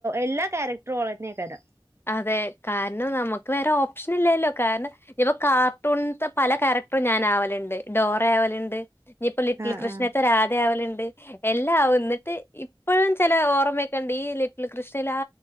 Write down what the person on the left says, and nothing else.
അതെ കാരണം നമുക്ക് വേറെ ഓപ്ഷൻ ഇല്ലല്ലോ കാരണം ഇപ്പ കാർട്ടൂണത്തെ പല കക്യാരക്ടറും ഞാൻ ആവലുണ്ട് ഡോറ ആവലുണ്ട് ഇനിയി ഇപ്പ ലിറ്റിൽ
കൃഷ്ണനയൊക്കെ
രാധയാവലുണ്ട് എല്ലാ ആവും എന്നിട്ട് ഇപ്പഴും ചില ഓർമ്മയക്കെുണ്ട് ഈ ലിറ്റിൽ കൃഷ്ണൽ ആ